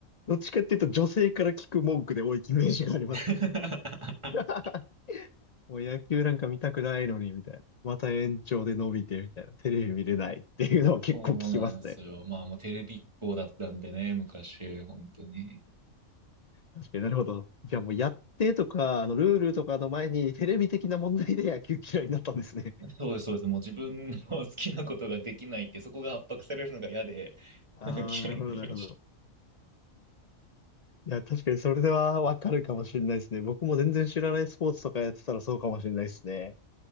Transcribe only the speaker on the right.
<laughs>
そうなんですよ。まあもうテレビっ子だったんでね、昔、本当に。
そうです、そうです。もう自分の好きなことができないって、そこが圧迫されるのが嫌で、<laughs>
なんか嫌いになりました。
い